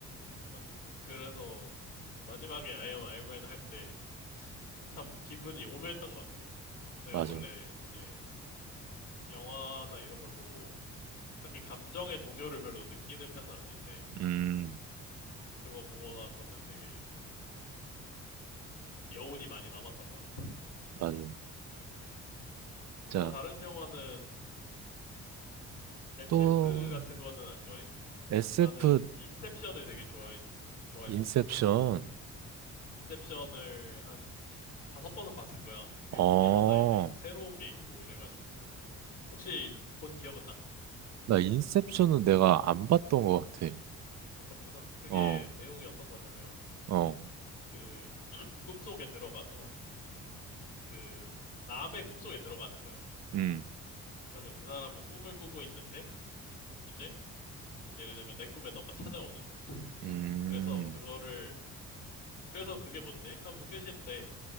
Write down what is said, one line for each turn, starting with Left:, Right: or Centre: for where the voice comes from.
Left: 맞지? 그래서 그 마지막에 아이언 아이언맨 할 때 참 기분이 오묘했던 것 같아. 내가
Right: 맞아.
Left: 원래 이제 이- 영화나 이런 걸 보고 딱히 감정의 동요를 별로 느끼는 편은 아닌데
Right: 음,
Left: 그거 보고 나서는 되게 여운이 많이 남았던 것 같아.
Right: 맞아. 자,
Left: 또 다른 영화는 SF
Right: 또
Left: 같은 거는 안 좋아해?
Right: SF
Left: 나는 인셉션을 되게 좋아, 좋아했었거든.
Right: 인셉션.
Left: 인셉션을 한 다섯 번은 봤을 거야. 그게
Right: 어,
Left: 볼 때마다 이제 막 새로운 게 있고 이래가지고. 혹시 본 기억은 나?
Right: 나 인셉션은 내가 안 봤던 것 같아.
Left: 안 봤구나. 그게
Right: 어,
Left: 내용이 어떤 거냐면,
Right: 어,
Left: 그, 꿈속에 들어가서, 그, 남의 꿈속에 들어가는 거야.
Right: 음.
Left: 그러면 그 사람은 꿈을 꾸고 있는데, 이제, 예를 들면 내 꿈에 너가 찾아오는 거지.
Right: 음.
Left: 그래서 그거를 그래서 그게 뭔데? 하면 끝인데